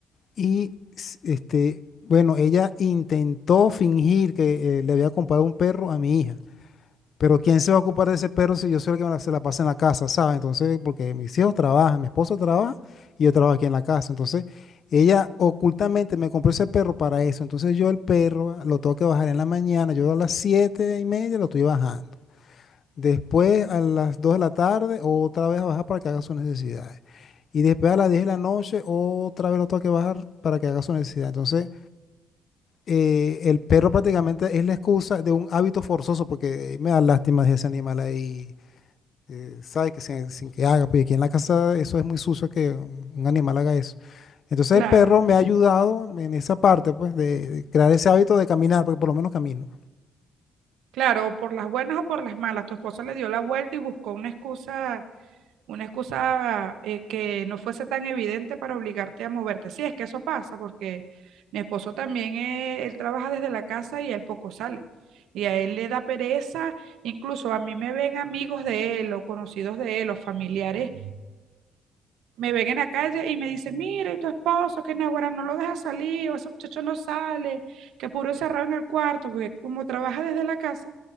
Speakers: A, on the left; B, on the right.
A: Y s- este, bueno, ella intentó fingir que eh, le había comprado un perro a mi hija. Pero ¿quién se va a ocupar de ese perro si yo soy el que me la- se la pasa en la casa, ¿sabes? Entonces, porque mis hijos trabajan, mi esposo trabaja y yo trabajo aquí en la casa. Entonces, ella ocultamente me compró ese perro para eso. Entonces, yo el perro lo tengo que bajar en la mañana. Yo a las siete y media lo estoy bajando. Después a las 2 de la tarde, otra vez a bajar para que haga sus necesidades. Y después a las 10 de la noche, otra vez lo tengo que bajar para que haga su necesidad. Entonces, eh, el perro prácticamente es la excusa de un hábito forzoso, porque me da lástima de ese animal ahí, eh, sabe que sin, sin que haga, porque aquí en la casa eso es muy sucio que un un animal haga eso. Entonces,
B: Claro.
A: el perro me ha ayudado en esa parte, pues, de, de crear ese hábito de caminar, porque por lo menos camino.
B: Claro, por las buenas o por las malas, tu esposa le dio la vuelta y buscó una excusa, una excusa eh, que no fuese tan evidente para obligarte a moverte. Sí, es que eso pasa porque mi esposo también, eh, él trabaja desde la casa y él poco sale. Y a él le da pereza, incluso a mí me ven amigos de él o conocidos de él o familiares me ven en la calle y me dicen, mira ¿y tu esposo que naguará no lo deja salir, o ese muchacho no sale, que puro encerrado en el cuarto, porque como trabaja desde la casa,